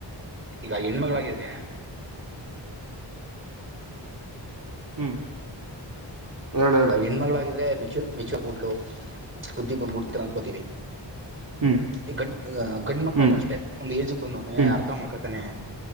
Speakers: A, on the right (about 25°); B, on the right (about 50°).
A: ಈಗ ಹೆಣ್ಮಗಳಾಗಿದ್ರೆ
B: ಹ್ಮ್ ಹೇಳು ಹೇಳು
A: ಈಗ ಹೆಣ್ಮಗಳಾಗಿದ್ದ ಅಂದ್ರೆ ಮೆಚ್ಚು ಮಿಚ್ಚುಬಿಡ್ಲು ವುದದ್ದಿ ಬಂದ್ಬಿಡ್ತ ಅನ್ಕೋತವಿ
B: ಹ್ಮ್
A: ಈ ಗಂಡ್ ಗಂಡ್ ಮಕ್ಳಾಗಿ
B: ಹ್ಮ್
A: ಅಷ್ಟೇ ಒಂದು್ಏಜಗ್ ಬಂದವನ
B: ಹ್ಮ್
A: ಅರ್ಥ ಮಾಡ್ಕೊತಾನೆ